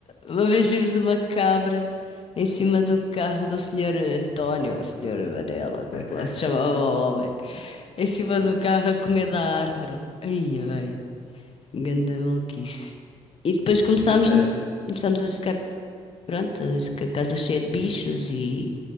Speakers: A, on the left; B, on the left.
A: Uma vez vimos uma cabra em cima do carro do senhor António, ou senhor Varela, ou como
B: <laughs>
A: é que lá se chamava o homem. Em cima
B: Pois
A: do
B: foi.
A: carro a comer da árvore. Aí, bem, ganda maluquice. E depois começámos,
B: Entretanto,
A: começámos a ficar, pronto, com a casa cheia de bichos e,